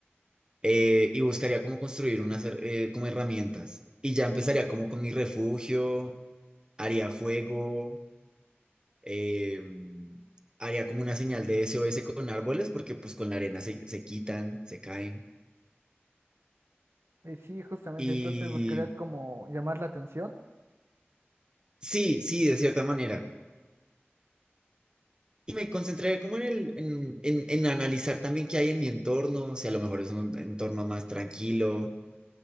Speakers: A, on the right; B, on the right.
A: eh, y buscaría como construir unas her- eh, como herramientas. Y ya empezaría como con mi refugio, haría fuego, eh, haría como una señal de SOS con árboles, porque pues con la arena se, se quitan, se caen.
B: y sí, justamente,
A: Y
B: entonces buscarías como llamar la atención.
A: sí, sí, de cierta manera. Y me concentré como en, el, en, en, en analizar también qué hay en mi entorno, si a lo mejor es un entorno más tranquilo